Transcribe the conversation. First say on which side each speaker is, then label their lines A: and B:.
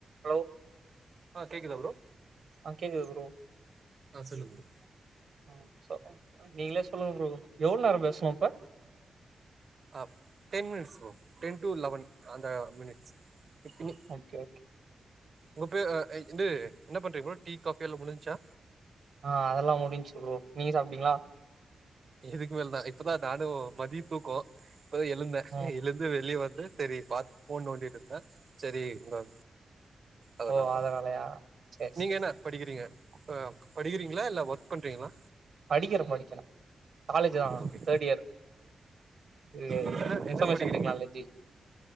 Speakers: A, on the right; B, on the right.
A: Hello
B: ஆ கேக்குதா bro
A: ஆ கேக்குது ப்ரோ
B: ஆ சொல்லுங்க ப்ரோ
A: <inaudible> நீங்களே சொல்லுங்க ப்ரோ எவ்ளோ நேரோ பேசனு இப்ப
B: up ten minutes bro ten to eleven அந்த மினிட்ஸ் இன்னி
A: ஓகே ஓகே
B: உங்க பேர் ஆ இந்து இன்ன பண்ணுறீங்க ப்ரோ டீ காஃபி எல்லா முடிஞ்ச்சா
A: ஆ அதெல்லா முடிஞ்சி ப்ரோ நீங்க சாப்டிங்களா
B: இதுக்கு மேல் தா இப்பதா நானு மதிய தூக்கோ இப்பதா எழுந்தே
A: ம்
B: எழுந் ந்து வெளிய வந்து செரி பாத்து ஃபோன் நோண்டிட்டு இருந்தே சேரி உங்க அதனால
A: ஓ
B: தா
A: அதனாலயா சேரி
B: நீங்க
A: சேரி
B: என்ன படிக்கிறீங்க படிக்கிறீங்களா இல்ல ஒர்க் பண்றீங்களா
A: படிக்கிற படிக்கிற காலேஜ் தா
B: ஓகே
A: தேர்ட் இயர் இது
B: என்ன
A: இன்பர்மேஷன்
B: என்ன படிக்கிறீங்க
A: technology